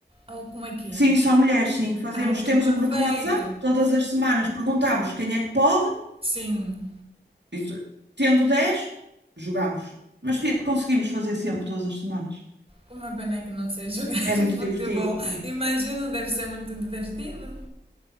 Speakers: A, on the right; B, on the right.
A: Ou como é que
B: Sim, só mulheres, sim.
A: é?
B: Fazemos,
A: Ai, que
B: temos
A: perfeito!
B: um grupo no WhatsApp, todas as semanas perguntamos quem é que pode
A: Sim.
B: Isso, tendo 10 jogamos. Mas fi-
A: U-
B: conseguimos fazer sempre, todas as semanas.
A: Uma pena que não sei jogar <laughs>
B: É muito
A: futebol.
B: divertido.
A: Imagino, deve ser muito divertido.